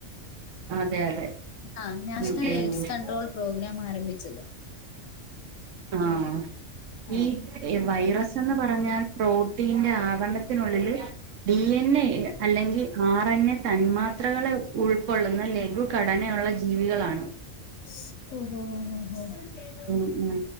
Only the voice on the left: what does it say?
ആഹ് നാഷണൽ
എയ്ഡ്സ് കൺട്രോൾ പ്രോഗ്രാം ആരംഭിച്ചത്
ആ
<unintelligible>